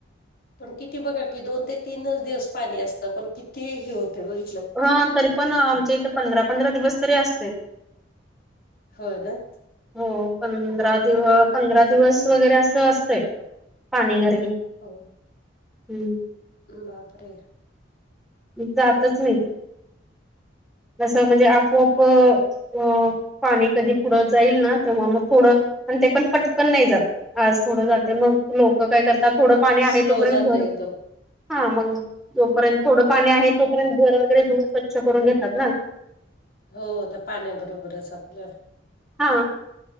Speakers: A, on the left (about 50°); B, in the centre.
A: पण किती बघा की दोन ते तीनच दिवस पाणी असतं पण किती हे होते बघित
B: हा तरी पण आमच्या इथं पंधरा पंधरा दिवस तरी असते
A: हो ना
B: हो पंधरा दिव पंधरा दिवस वगैरे असं असतंय पाणी घर
A: हो
B: हम्म
A: बापरे
B: जातच नाही ते जस म्हणजे आपोआप अ पाणी कधी पुढं जाईल ना तेव्हा मग थोडं आणि ते पण पटकन नाही जात आज थोडं जात मग लोक काय करतात थोडं पाणी आहे
A: स्लो
B: तोपर्यंत
A: जात
B: घर
A: एकदम.
B: हा मग जोपर्यंत थोडं पाणी आहे तोपर्यंत घर वगैरे धुऊन स्वच्छ करून घेतात ना
A: हो त्या पाण्याबरोबरच आपल्या
B: हा